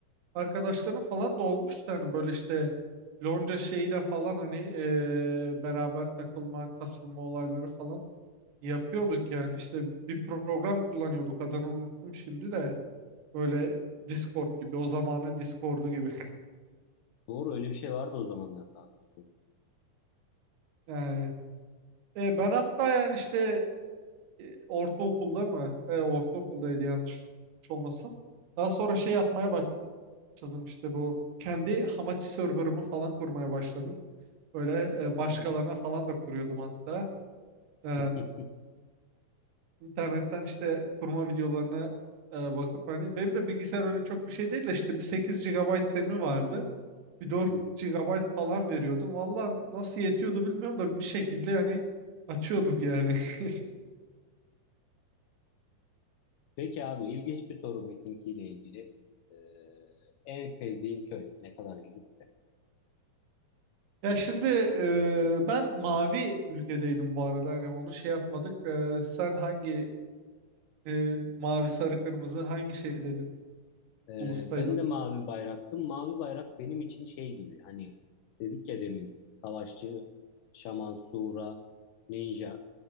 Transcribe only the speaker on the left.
Doğru öyle bir şey vardı o zamanlarda haklısın.
Hmm.
<laughs>
Hı hı.
Peki abi ilginç bir soru Metin 2 ile ilgili. Ee, en sevdiğin köy ne kadar ilginç
Ee,
ben de mavi bayraktım. Mavi bayrak benim için şey gibi hani dedik ya demin savaşçı, şaman, sura, ninja.